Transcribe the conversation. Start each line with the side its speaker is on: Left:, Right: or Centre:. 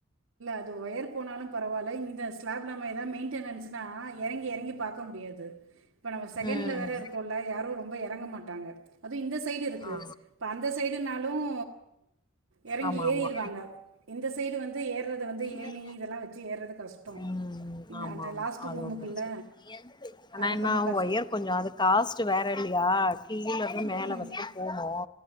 Right: அது ஒயர் போனாலு பரவால்ல இந்த ஸ்லாப்ல ந எதாது மெய்ன்டனன்ஸ்னா எறங்கி- எறங்கி பாக்க முடியாது. இப்ப நம்ம செகண்ட்ல
Left: ம்
Right: வேற இருக்கோம்ல யாரும் ரொம்ப இறங்க மாட்டாங்க அது இந்த சைடு இருக்கு
Left: ஆ
Right: இப்ப அந்த சைடுனாலும் இறங்கி
Left: ஆமா
Right: ஏறிடுவாங்க
Left: ஆமா
Right: இந்த சைடு வந்து ஏறது வந்து
Left: ம்
Right: ஏனி இதெல்லா வச்சு ஏறது கஷ்டோ
Left: ம்
Right: இந்த
Left: ஆமா
Right: அந்த
Left: ஆமா
Right: லாஸ்ட்
Left: அது
Right: ரூமுக்குள்ள
Left: ஒண்ணு இருக்கு ஆனா
Right: அது
Left: என்ன
Right: கொஞ்சோ க
Left: ஒயர் கொஞ்சோ அது காஸ்ட் வேறலயா கீழே இருந்து
Right: ம்
Left: மேல வரைக்கு போனு